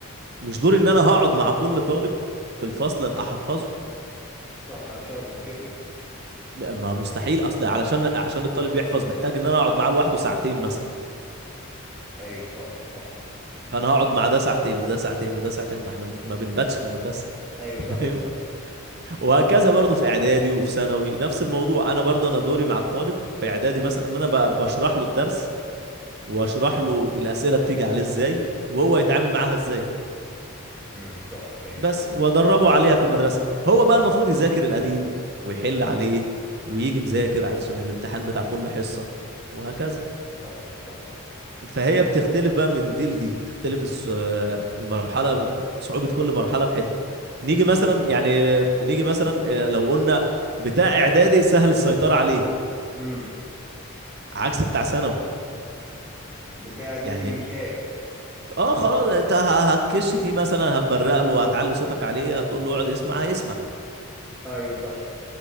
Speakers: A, on the right (about 50°); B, in the centre.
A: مش دوري ان انا هقعد مع كل طالب في الفصل احفظه
B: صح انا مش هقعد اذاكر له
A: ما مستحيل اصل علشان عشان الطالب يحفظ محتاج ان انا اقعد معاه لوحده ساعتين مثلا
B: ايوه صح صح
A: فانا هقعد مع ده ساعتين وده ساعتين وده ساعتين ما احنا ما بنباتش في المدرسه
B: ايوه صح
A: <laughs> فاهم
B: صح
A: وهكذا برضو في اعدادي وفي ثانوي نفس الموضوع انا برضو انا دوري مع الطالب في اعدادي مثلا ان انا ب- بشرح له الدرس واشرح له الاسئله بتيجي عليه ازاي وهو يتعامل معاها ازاي
B: امم صح فهمت
A: بس وادربه عليها في المدرسه هو بقى المفروض يذاكر القديم ويحل عليه ويجي مذاكر علشان الامتحان بتاع كل حصه وهكذا
B: صح صح
A: فهي بتختلف بقى من دي لدي بتختلف الص- المرحله صعوبه كل مرحله في حته نيجي مثلا يعني نيجي مثلا آه، لو قلنا بتاع اعدادي سهل السيطره عليه
B: امم
A: عكس بتاع ثانوي
B: بتاع ده
A: يعني
B: دي بيخاف
A: اه خلاص انت ه- هتكش فيه مثلا هتبرق له هتعلي صوتك عليه هتقول له اقعد اسمع هيسمع
B: ايوه صح